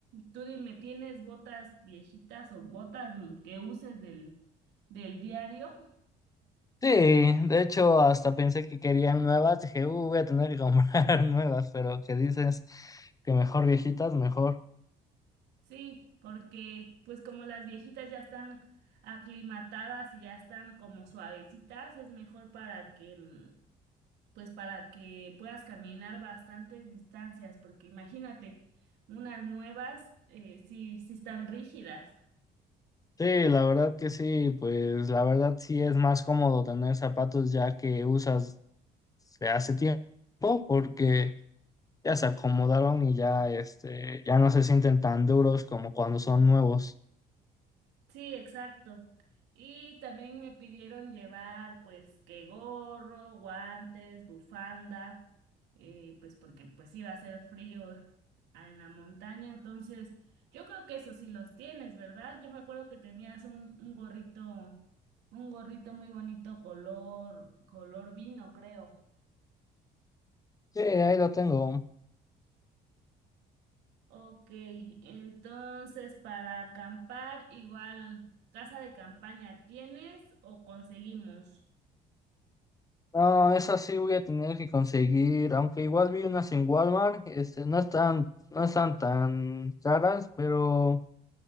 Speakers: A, on the right (about 80°); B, on the left (about 20°).
A: Tú dime, ¿tienes botas viejitas o botas mm, que uses del del diario?
B: Sí, de hecho hasta pensé que querían nuevas, dije, uh, voy a tener que comprar <laughs> nuevas, pero que dices que mejor viejitas, mejor.
A: Sí, porque pues como las viejitas ya están aclimatadas y ya están como suavecitas, es mejor para que mm, pues para que puedas caminar bastantes distancias, porque imagínate, unas nuevas eh, sí sí están rígidas.
B: Sí, la verdad que sí, pues la verdad sí es más cómodo tener zapatos ya que usas de hace tiempo porque ya se acomodaron y ya este ya no se sienten tan duros como cuando son nuevos.
A: Sí, exacto. Y también me pidieron llevar pues que gorro, guantes, bufanda, eh, pues porque pues iba a ser frío a- en la montaña. Entonces, yo creo que eso sí los tienes, ¿verdad? Yo me acuerdo que tenías un, un gorrito, un gorrito muy bonito color, color vino, creo.
B: Sí, ahí lo tengo.
A: Ok, entonces para acampar, igual, casa de campaña, ¿tienes o conseguimos?
B: No, esas sí voy a tener que conseguir, aunque igual vi unas en Walmart, este no están no están tan caras, pero